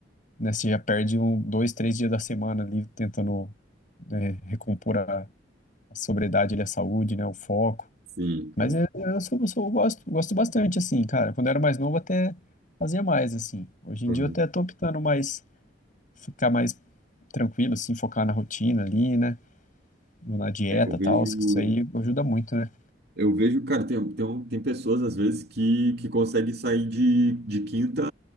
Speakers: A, on the left (about 45°); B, on the right (about 55°).
A: né, você já perde um, dois, três dias da semana ali, tentando, né, recompor a, a sobriedade ali, a saúde, né, o foco,
B: Sim,
A: mas
B: cara.
A: eu, eu sou, eu sou- eu gosto, gosto bastante, assim, cara, quando eu era mais novo até fazia mais, assim, hoje em
B: Uhum.
A: dia eu até tô optando mais ficar mais tranquilo, assim, focar na rotina ali, né? Na dieta
B: É, eu vejo.
A: e tal, isso aí ajuda muito, né?
B: Eu vejo, cara, tem, tem, um- tem pessoas às vezes que, que conseguem sair de, de quinta